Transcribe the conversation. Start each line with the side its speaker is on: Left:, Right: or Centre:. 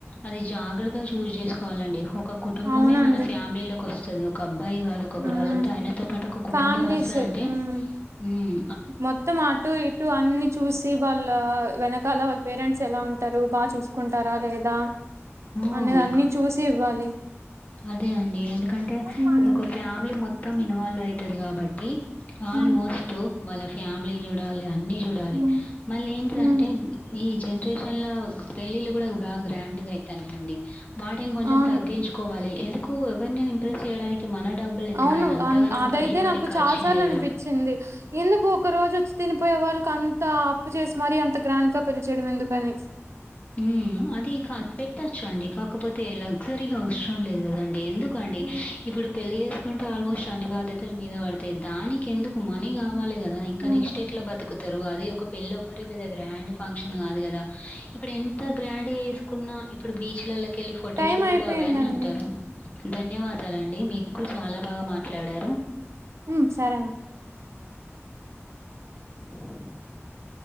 Left: అది జాగ్రత్తగా చూస్ చేసుకోవాలండి ఒక కుటుంబమే
Right: అవునండి.
Left: మన ఫ్యామిలీలకొస్తది ఒక అబ్బాయి కాదు ఒక
Right: హ్మ్
Left: వాళ్ళతో ఆయనతో పాటు ఒక కుటుంబం
Right: ఫ్యామిలీస్
Left: వస్తదంటే
Right: హ్మ్
Left: ఉమ్
Right: మొత్తం అటు ఇటు అన్ని చూసి వాళ్ళ వెనకాల వాళ్ళ పేరెంట్స్ ఎలా ఉంటారు వాల్ చూసుకుంటారా లేదా
Left: హ్మ్.
Right: అనేది అన్ని చూసి ఇవ్వాలి
Left: అదే అండి ఎందుకంటే
Right: హ్మ్
Left: ఈ యొక్క ఫ్యామిలీ మొత్ మొత్తం ఇన్వాల్వ్ అయితది కాబట్టి ఆల్మోస్ట్
Right: హ్మ్
Left: వాళ్ళ ఫ్యామిలీల్ చూడాలి అన్ న్నీ చూడాలి
Right: హ్మ్
Left: మళ్ళీ ఎంటిదంటే
Right: హ్మ్
Left: ఈ జనరేషన్ లో పెళ్ళిళ్ళలు కూడా బా గ్రాండ్ గా అయితున్నయండి వాటిని కొంచెం
Right: అవును.
Left: తగ్గించుకోవాలి ఎందుకు ఎవరిని ఇంప్రెస్ చేయడానికి మన డబ్బులు ఎందుకండి
Right: అవును
Left: అంతగానం
Right: ఆన్ ఆ అదైతే
Left: పడి పడి
Right: నాకు
Left: ఖర్చు
Right: చాలా సార్లు
Left: చేయడం
Right: అనిపించింది ఎందుకు ఒక రోజు వచ్చి తిని పోయ్ వాళ్ళకి అంత అప్పు చేసి మరి అంత గ్రాండ్ గా పెళ్లి చేయడం ఎందుకని
Left: హ్మ్ అది కా పెట్టచ్చు అండి కాకపోతే లగ్జరీ గా అవసరం లేదు కదండి ఎందుక్ కండి
Right: హ్మ్.
Left: ఇప్పుడు పెళ్లి చేసుకుంటే ఆల్మోస్ట్ అన్ని బాధ్యతల మీద పడతాయి దానికి ఎందుకు మనీ ఆ ఇవ్వాలి కదా ఇంకా
Right: హ్మ్.
Left: నెక్స్ట్ ఎట్ల బతుకుతారు అది ఒక పెళ్ళోకటే పెద్ద గ్రాండ్ ఫంక్షన్ కాదు కదా ఇప్పుడు ఎంత గ్రాండ్ గా చేసుకున్నా ఇప్పుడు బీచ్లలోకి వెళ్ళి ఫోటోషూట్లు
Right: టైం అయిపోయిందండి.
Left: అవ్వని అంటారు ధన్యవాదాలండి మీరూ కుడ్ చాలా బాగా మాట్లాడారు
Right: ఉ సరేనన్
Left: <unintelligible> <inaudible>